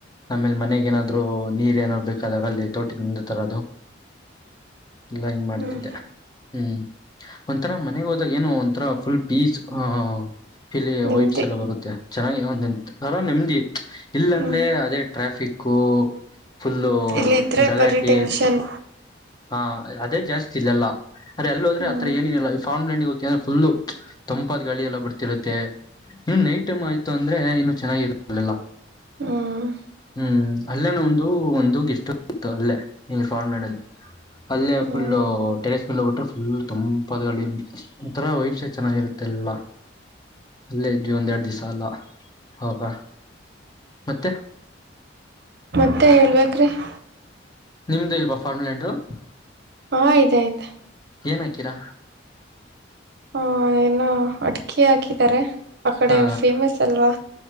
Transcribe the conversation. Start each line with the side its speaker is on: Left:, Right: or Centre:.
Left: ಆಮೇಲ್ ಮನೆಗೇನಾದ್ರು ನೀರ್ ಏನಾರ ಬೇಕಾದಾಗ ಅಲ್ಲಿ ತೋಟದಿಂದ ತರದು ಎಲ್ಲ ಹಿಂಗ್ ಮಾಡ್ತಿದ್ದೆ
Right: ಹ್ಮ್
Left: ಹ್ಮ್ ಒಂಥರಾ ಮನೆಗ್ ಹೋದಾಗ ಏನೊ ಒಂಥರ ಫುಲ್ ಪೀಸ್ ಆ ಫಿಲಿ
Right: ನೆಮ್ಮದಿ
Left: ವೈಬ್ಸ್ ಎಲ್ಲ ಬರುತ್ತೆ ಚೆನ್ನಾಗಿ ಏನೊ ಒಂತರ ನೆಮ್ದಿ ಇತ್ತು. ಇಲ್ಲಂದ್ರೆ
Right: ಹ್ಮ್
Left: ಅದೇ ಟ್ರಾಫಿಕ್ಕೂ ಫುಲ್ಲು
Right: ಇಲ್ಲಿ ಇದ್ರೆ
Left: ಗಲಾಟಿ
Right: ಬರೀ ಟೆನ್ಷನ್
Left: ಹಾಂ ಅದೇ ಜಾಸ್ತಿ ಇಲ್ಲೆಲ್ಲ. ಆದ್ರೆ ಅಲ್ ಹೋದ್ರೆ
Right: ಹ್ಮ್
Left: ಆತರ ಏನಿರಲ್ಲ ಫಾರ್ಮ್ಲ್ಯಾಂಡ್ಗೆ ಹೋಗ್ತೀನಿ ಅಂದ್ರೆ ಫುಲ್ಲು ತಂಪಾದ ಗಾಳಿ ಎಲ್ಲ ಬರ್ತಿರುತ್ತೆ. ಹ್ಮ್ ನೈಟ್ ಟೈಮ್ ಆಯ್ತು ಅಂದ್ರೆ ಇನ್ನು ಚೆನ್ನಾಗಿರತ್ತಲ್ಲೆಲ್ಲ.
Right: ಹ್ಮ್
Left: ಹ್ಮ್ ಅಲ್ಲೇನೆ ಒಂದು ಒಂದು ಗೆಸ್ಟ್ ಹೌಸ್ ಇತ್ತಲ್ಲೇ ಫಾರ್ಮ್ಲ್ಯಾಂಡ್ ಅಲ್ಲಿ. ಅಲ್ಲೇ
Right: ಹ್ಮ್
Left: ಫುಲ್ಲ ಟೆಸ್ಟ್ ನೋಡ್ಬೀಟು ಫುಲ್ ತಂಪ ಒಥರ ವಪ್ಸ ಚೆನ್ನಾಗಿರುತ್ತೆಲ್ಲ ಅಲ್ಲೇ ಇದ್ವಿ ಒಂದೆರಡು ದಿವಸ ಅಲ್ಲ ಹ ಮತ್ತೆ
Right: ಮತ್ತೆ ಹೇಳ್ಬೇಕ್ರೀ <unintelligible>
Left: ನಿಮ್ದು ಇಲ್ವಾ ಫಾರ್ಮುಲಂಡು <unintelligible>
Right: ಹಾ ಇದೆ ಇದೆ
Left: ಏನಕೀರಾ
Right: ಹಾ ಏನ ಅಡ್ಕೆ ಹಾಕಿದಿದ್ದಾರೆ ಆ ಕಡೆ
Left: ಹಾ
Right: ಫೇಮಸ್ ಅಲ್ವಾ